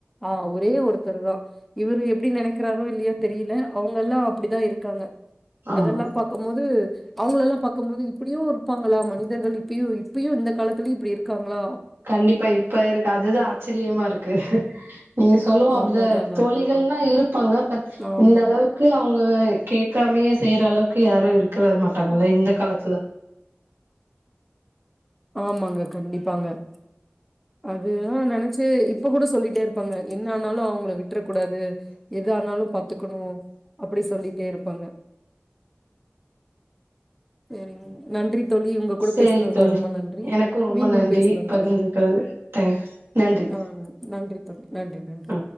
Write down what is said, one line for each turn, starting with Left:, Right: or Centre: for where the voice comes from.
Centre: ஆ ஒரே ஒருத்தர்தா இவுரு எப்டி நெனைக்றாரோ இல்லியோத் தெரில அவுங்கெல்லா அப்டிதா இருக்காங்க
Right: ஆமா
Centre: அதெல்லாம் பாக்கும்மோது அவுங்ள எல்லாம் பாக்கும் மோது இப்டியு இருப்பாங்களா மனிதர்கள் இப்பியு இப்பியு இந்த காலத்துலியு இப்டி இருக்காங்ளா
Right: கண்டிப்பா இப்ப இருக்கு அதுதா ஆச்சரியமா இருக்கு நீங்க சொல்லுவோ அப்டிதா
Centre: அதான் அதான் அதான்.
Right: தோழிகள்லா இருப்பாங்க பத்
Centre: ஆமாங்க.
Right: இந்தளவுக் கு அவுங்க கேட்காமையே செய்ற அளவுக்கு யாரு இருக்ற மாட்டாங்கல்ல இந்த காலத்ல
Centre: ஆமாங்க கண்டிப்பாங்க அதுதா நெனைச்சு இப்ப கூட சொல்லிட்டே இருப்பாங்க என்ன ஆனாலு அவுங்ள விட் விட்றக் கூடாது எது ஆனாலும் பாத்துக்கணு அப்டி சொல்லிட்டே இருப்பாங்க சேரிங் நன்றித் தோழி உங்க கூட
Right: சேரி
Centre: பேசனதுல
Right: தோழி
Centre: ரொம்ப நன்றி
Right: எனக்கு ரொம்ப
Centre: மீண்டும்
Right: நன்றி
Centre: பேசலாம்
Right: பகிர்ந்துக்கிறது
Centre: தோழி
Right: தேங்க்ஸ் நன்றி
Centre: <unintelligible> நன்றித் தோழி நன்றி நன்றி
Right: ஆ